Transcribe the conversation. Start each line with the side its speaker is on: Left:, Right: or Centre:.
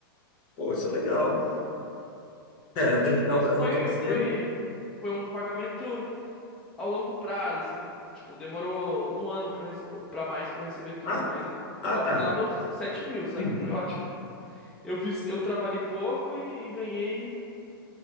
Left: Pô, isso é legal. É, eu tenho
Centre: Tipo,
Left: que dar
Centre: isso
Left: o braço
Centre: foi,
Left: a torcer.
Centre: foi, foi um pagamento ao longo prazo, assim. não- tipo, demorou um ano pra, eu rece- pra mais pra eu receber tudo,
Left: Ah,
Centre: mas
Left: ah,
Centre: ao
Left: tá.
Centre: final deu 7 mil, sabe?
Left: Uhum.
Centre: Foi ótimo. Eu fiz, eu trabalhei pouco e, e ganhei,